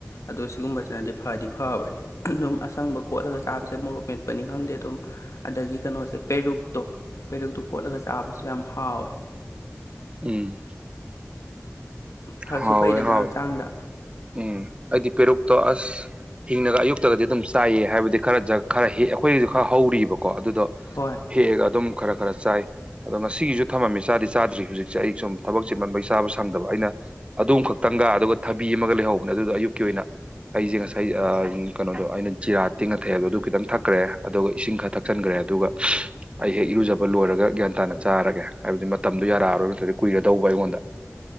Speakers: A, on the left; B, on the right.
A: ꯑꯗꯣ ꯁꯤꯒꯨꯝꯕꯁꯤꯅꯗꯤ ꯐꯗꯤ ꯐꯕꯅꯤ ꯑꯗꯨꯝ ꯑꯁꯪꯕ ꯈꯣꯠꯂꯒ ꯆꯥꯕꯁꯦ ꯃꯣꯔꯣꯛ ꯃꯦꯠꯄꯅꯤ ꯈꯪꯗꯦ ꯑꯗꯨꯝ ꯑꯗꯒꯤ ꯀꯩꯅꯣꯁꯦ ꯄꯦꯔꯨꯛꯇꯨ ꯄꯦꯔꯨꯛꯇꯨ ꯀꯣꯠꯂꯒ ꯆꯥꯕꯁꯨ ꯌꯥꯝ ꯍꯥꯎꯋꯦ
B: ꯎꯝ
A: ꯐꯁꯨ
B: ꯍꯥꯎꯋꯦ
A: ꯐꯩꯗꯅ
B: ꯍꯥꯎꯋꯦ
A: ꯍꯛꯆꯥꯡꯗ
B: ꯎꯝ ꯑꯩꯗꯤ ꯄꯦꯔꯨꯛꯇꯣ ꯑꯁ ꯍꯤꯡꯅꯒ ꯑꯌꯨꯛꯇꯒꯗꯤ ꯑꯗꯨꯝ ꯆꯥꯏꯌꯦ ꯍꯥꯏꯕꯗꯤ ꯈꯔ <unintelligible> ꯈꯔ ꯑꯩꯈꯣꯏꯒꯤꯖꯨ ꯈꯔ ꯍꯧꯔꯤꯕꯀꯣ ꯑꯗꯨꯗꯣ
A: ꯍꯣꯏ
B: ꯍꯦꯛꯑꯒ ꯑꯗꯨꯝ ꯈꯔ ꯈꯔ ꯆꯥꯏ ꯑꯗꯣ ꯉꯁꯤꯒꯤꯖꯨ ꯊꯃꯝꯃꯤ ꯆꯥꯗꯤ ꯆꯥꯗ꯭ꯔꯤ ꯍꯧꯖꯤꯛꯁꯦ ꯑꯩ ꯁꯨꯝ ꯊꯕꯛ ꯆꯤꯟꯃꯟꯕꯩ ꯆꯥꯕ ꯁꯪꯗꯕ ꯑꯩꯅ ꯑꯗꯨꯝ ꯈꯛꯇꯪꯒ ꯑꯗꯨꯒ ꯊꯕꯤ ꯑꯃꯒ ꯂꯩꯍꯧꯕꯅꯦ ꯑꯗꯨꯗꯣ ꯑꯌꯨꯛꯀꯤ ꯑꯣꯏꯅ ꯑꯩꯖꯦ ꯉꯁꯥꯏ ꯑꯥ ꯎꯝ ꯀꯩꯅꯣꯗꯣ ꯑꯩꯅ ꯖꯤꯔꯥ ꯇꯤꯡꯉꯥ ꯊꯛꯑꯦ ꯍꯥꯏꯕꯗꯣ ꯑꯗꯨ ꯈꯤꯇꯪ ꯊꯛꯈ꯭ꯔꯦ ꯑꯗꯨꯒ ꯏꯁꯤꯡ ꯈꯔ ꯊꯛꯆꯟꯒ꯭ꯔꯦ ꯑꯗꯨꯒ ꯑꯩ ꯍꯦꯛ ꯏꯔꯨꯖꯕ ꯂꯣꯏꯔꯒ ꯒ꯭ꯌꯥꯟ ꯇꯥꯅ ꯆꯥꯔꯒꯦ ꯍꯥꯏꯕꯗꯤ ꯃꯇꯝꯗꯣ ꯌꯥꯔꯛꯑꯔꯣꯏ ꯅꯠꯇ꯭ꯔꯗꯤ ꯀꯨꯏꯔꯗꯧꯕ ꯑꯩꯉꯣꯟꯗ